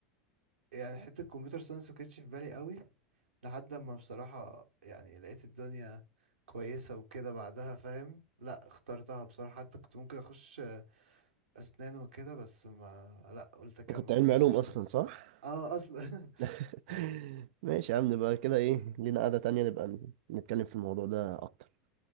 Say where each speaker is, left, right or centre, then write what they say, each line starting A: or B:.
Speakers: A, on the right; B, on the right.
A: يعني حتة الكمبيوتر ساينس ما كانتش في بالي قوي لحد ما بصراحة يعني لقيت الدنيا كويسة وكده بعدها فاهم لا اخترتها بصراحة حتى كنت ممكن اخش اسنان وكده بس ما لا قلت اكمل
B: انت كنت علمي
A: كمبيوتر
B: علوم
A: ساينس
B: اصلا صح
A: اه اصلا
B: <laughs>
A: <laughs> هاي
B: ماشي يا عم نبقى كده ايه لينا قعدة تانية نبقى نتكلم في الموضوع ده أكتر